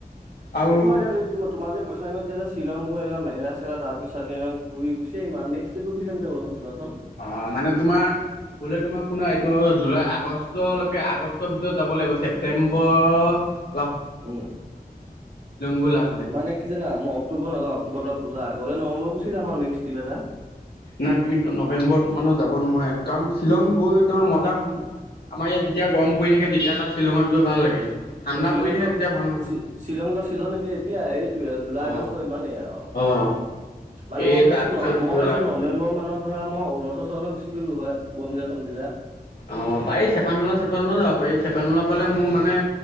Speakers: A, on the left; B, on the right.
A: আৰু
B: একো নাই দিয়া তুমি তোমাৰ যদি পইচা নিমিলে তেতিয়াহলে শ্বিলং গৈ এনেকুৱা মেঘালয়-চেঘালয় ডাউকী-চাউকী এনেকে ঘূৰি গুচি আহিম আ, নেক্সত ট্ৰিপটো <unintelligible>
A: অ মানে তোমাৰ গ'লে তোমাৰ শুনা এইটো জুলাই আগষ্ট লৈকে আগষ্টৰ ভিতৰত যাব লাগিব, ছেপ্টেম্বৰ
B: উম
A: গৈ লাভ
B: উম
A: নাই
B: মানে কি জানা মই অক্টোবৰ নাযাওঁ, অক্টোবৰৰ পৰা পূজা আগ নৱেম্বৰ গুচি যাম আৰু নেক্সট ট্ৰিপ এটা।
A: নাই তুমি নৱেম্বৰত মানত যাব নোৱাৰে, কাৰণ শ্বিলং গৈ তোমাৰ মজা কোনটো? আমাৰ ইয়াত যেতিয়া গৰম পৰি থাকে তেতিয়া তাত শ্বিলঙত গৈ ভাল লাগে। ঠাণ্ডা
B: শ্বিলং
A: পৰি থাকে
B: যোৱা,
A: তেতিয়া ভাল নহয়
B: শ্বিলং যোৱা ছিজন এতিয়া এতিয়া এইটোে জুলাই
A: অ
B: আগষ্ট ইমানেই আৰু।
A: অ
B: মানে
A: এই
B: মই ভাবিছো
A: তাৰপিছত
B: ন মই
A: গৈ
B: ভাবিছো
A: লাভ
B: ন নৱেম্বৰ
A: নাই
B: মানত ধৰা মই অৰুণাচল ছৰুনাচল গুচি গলো হয় বমডিলা চমডিলা।
A: অ', পাৰি চেপানলা চেপানলাও যাব পাৰি চেপানলা ফালে মোৰ মানে